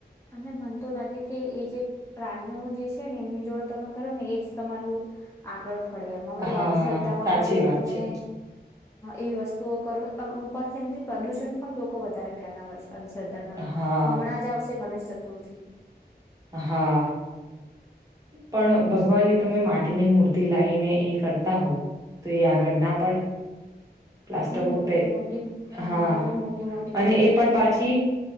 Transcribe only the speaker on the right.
હા
સાચી
વાત
છે
હા
હા પણ ભગવાનની તમે માટીની મૂર્તિ લાવીને એ કરતા હોવ તો એ આગળ ના પડે પ્લાસ્ટિક
પેર
હા
અને
એ પણ પાછી